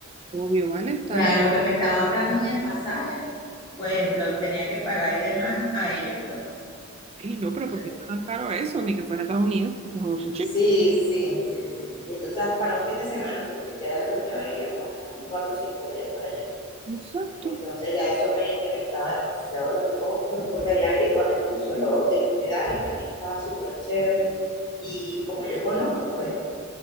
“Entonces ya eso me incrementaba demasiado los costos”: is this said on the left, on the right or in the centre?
Left